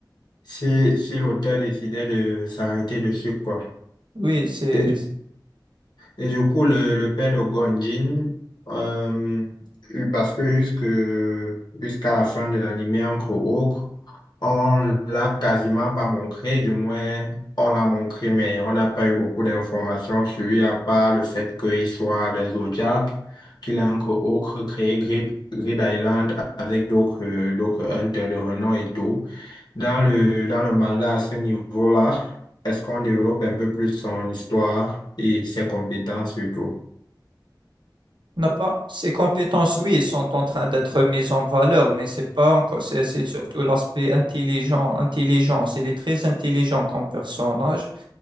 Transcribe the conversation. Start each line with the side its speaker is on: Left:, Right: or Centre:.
Left: si, si l'auteur décidait de s'arrêter dessus, quoi.
Right: Oui, c'est,
Left: Et Et du coup, le, le père de Gonjin, euh, il- parce que jusque, jusqu'à la fin de l'anime, entre autres, on l'a quasiment pas montré, du moins, on l'a montré, mais on n'a pas eu beaucoup d'informations sur lui, à part le fait qu'il soit des Zodiacs, qu'il a entre autres créé Grid, Grid Island avec d'autres, d'autres hunters de renom et tout. Dans le, dans le manga, à ce niveau-là, est-ce qu'on développe un peu plus son histoire et ses compétences surtout?
Right: on n'a pas, ces compétences, oui, sont en train d'être mises en valeur, mais c'est pas encore, c'est c'est surtout l'aspect intelligent, intelligence. Il est très intelligent comme personnage,